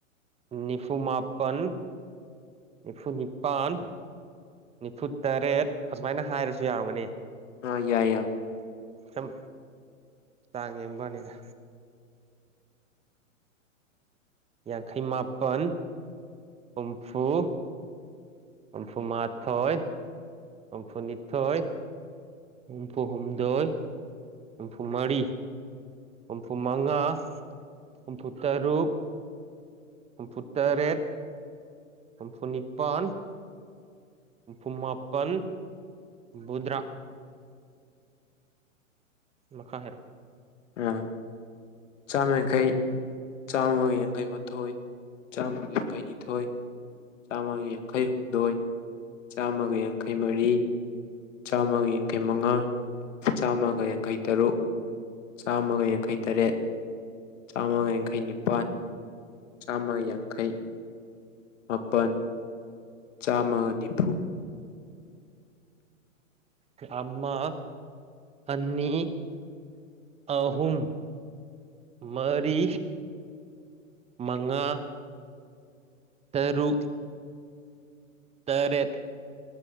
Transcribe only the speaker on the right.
ꯅꯤꯐꯨꯃꯥꯄꯟ ꯅꯤꯐꯨꯅꯤꯄꯥꯟ ꯅꯤꯐꯨ ꯇꯔꯦꯠ ꯑꯁꯨꯃꯥꯏꯅ ꯍꯥꯏꯔꯁꯨ ꯌꯥꯎꯔꯝꯒꯅꯤ
ꯁꯝ ꯆꯥꯡ ꯌꯦꯡꯕꯅꯤꯗ ꯌꯥꯡꯈꯩ ꯃꯥꯄꯟ ꯍꯨꯝꯐꯨ ꯍꯨꯝꯐꯨꯃꯥꯊꯣꯏ ꯍꯨꯝꯐꯨꯅꯤꯊꯣꯏ ꯍꯨꯝꯐꯨ ꯍꯨꯝꯗꯣꯏ ꯍꯨꯝꯐꯨ ꯃꯔꯤ ꯍꯨꯝꯐꯨꯃꯉꯥ ꯍꯨꯝꯐꯨꯇꯔꯨꯛ ꯍꯨꯝꯐꯨ ꯇꯔꯦꯠ ꯍꯨꯝꯐꯨꯅꯤꯄꯥꯟ ꯍꯨꯝꯐꯨ ꯃꯥꯄꯟ ꯍꯨꯝꯐꯨꯇꯔꯥ ꯃꯈꯥ ꯍꯥꯏꯔꯛꯑꯣ
ꯑꯃ ꯑꯅꯤ ꯑꯍꯨꯝꯨ ꯃꯔꯤ ꯃꯉꯥ ꯇꯔꯨꯛ ꯇꯔꯦꯠ